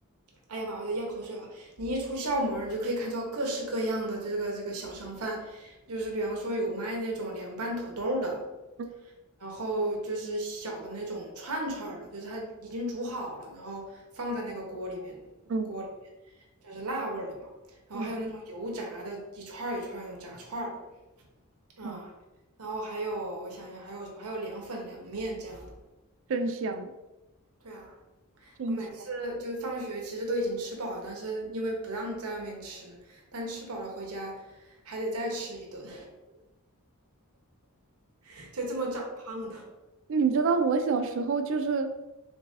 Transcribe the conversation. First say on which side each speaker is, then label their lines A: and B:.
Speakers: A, on the right; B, on the right.
A: 哎呀妈，我在咽口水了。你一出校门你就可以看到各式各样的这个这个小商贩，就是比方说有卖那种凉拌土豆的，
B: 嗯
A: 然后就是小的那种串串的，就是它已经煮好了，然后放在那个锅里面，
B: 嗯
A: 锅里面就是辣味儿的嘛。然后还有那种油炸的，
B: 嗯，
A: 一串儿一串儿那种炸串儿啊，
B: 哇，
A: 然后还有我想一想还有什么，还有凉粉、凉面这样的。
B: 真香！
A: 对啊，
B: 真香。
A: 我每次就放学其实都已经吃饱了，但是因为不让在外面吃，但吃饱了回家还得再吃一顿，<laughs> 就这么长胖的。
B: 你知道我小时候就是，